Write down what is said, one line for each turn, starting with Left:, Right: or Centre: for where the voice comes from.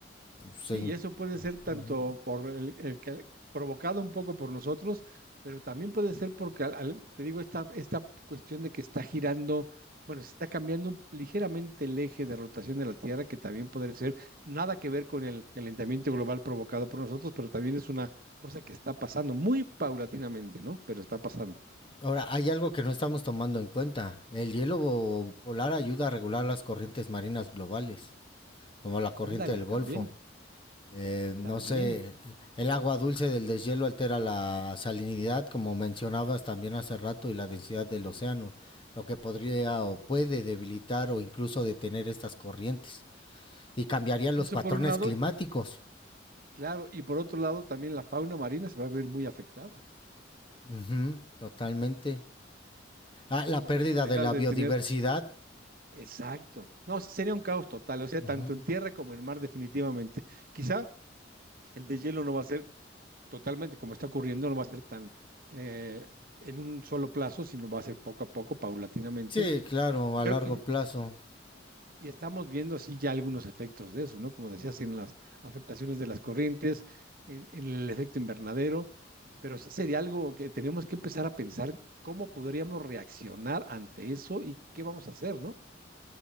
Left: Se-
Right: Sí, y eso puede ser tanto
Left: ujú.
Right: por el, el que- provocado un poco por nosotros, pero también puede ser porque, al- al- te digo, esta, esta cuestión de que está girando, bueno, se está cambiando un- ligeramente el eje de rotación de la Tierra, que también puede ser nada que ver con el calentamiento global provocado por nosotros, pero también es una cosa que está pasando muy paulatinamente, ¿no? Pero está pasando.
Left: Ahora, hay algo que no estamos tomando en cuenta. El hielo bo- polar ayuda a regular las corrientes marinas globales, como la corriente
Right: Ándale,
Left: del Golfo.
Right: también,
Left: Eh, no
Right: también.
Left: sé, el agua dulce del deshielo altera la salinidad, como mencionabas también hace rato, y la densidad del océano, lo que podría o puede debilitar o incluso detener estas corrientes y cambiaría los
Right: Eso
Left: patrones
Right: por un lado,
Left: climáticos.
Right: claro, y por otro lado, también la fauna marina se va a ver muy afectada.
Left: Ujú, totalmente. Ah, la
Right: Podríamos
Left: pérdida
Right: dejar
Left: de la
Right: de
Left: biodiversidad.
Right: tener Exacto. No, sería un caos total, o sea,
Left: Ujú.
Right: tanto en tierra como en mar, definitivamente. Quizá el de hielo no va a ser totalmente, como está ocurriendo, no va a ser tan eh, en un solo plazo, sino va a ser poco a poco, paulatinamente.
Left: Sí, claro,
Right: Y
Left: a
Right: Creo
Left: largo
Right: que
Left: plazo.
Right: y estamos viendo así ya algunos efectos de eso, ¿no? Como decías, en las afectaciones de las corrientes, en, en el efecto invernadero, pero sí sería algo que tenemos que empezar a pensar cómo podríamos reaccionar ante eso y qué vamos a hacer, ¿no?